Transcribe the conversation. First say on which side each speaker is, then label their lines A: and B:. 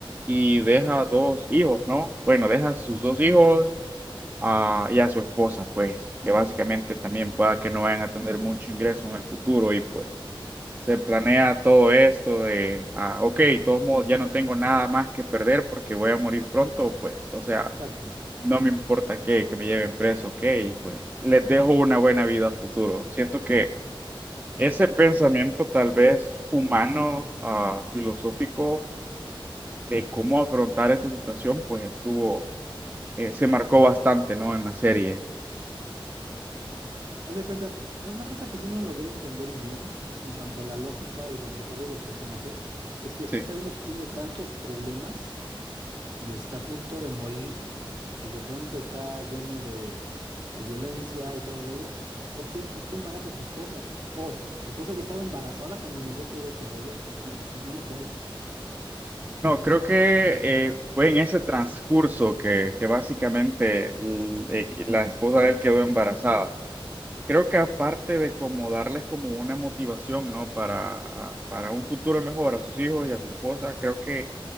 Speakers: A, on the right; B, on the right.
A: y deja dos hijos, ¿no? Bueno, deja sus dos hijos a- y a su esposa, pues, que básicamente también pueda que no vayan a tener mucho ingreso en el futuro y pues se planea todo esto de, ah, ok, de todos modos ya no tengo nada más que perder porque voy a morir pronto, pues, o sea,
B: Exacto.
A: no me importa que, que me lleven preso, ok, y pues les dejo una buena vida a futuro. Siento que ese pensamiento tal vez humano, ah, filosófico, de cómo afrontar esa situación, pues estuvo, eh, se marcó bastante, ¿no? En la serie.
B: Haz de cuenta, una cosa que sí no logré entender bien en cuanto a la lógica y del desarrollo del personaje, es que
A: Sí.
B: él sabiendo que tiene tantos problemas, y está a punto de morir y de pronto está lleno de, de violencia y todo el rollo, ¿por qué, por qué embaraza a su esposa? O su esposa ya estaba embarazada cuando inició todo este rollo, no, no- no no me acuerdo.
A: No, creo que eh, fue en ese transcurso que, que básicamente l- eh, que la esposa de él quedó embarazada. Creo que aparte de como darles como una motivación, ¿no? Para, a- para un futuro mejor a sus hijos y a su esposa, creo que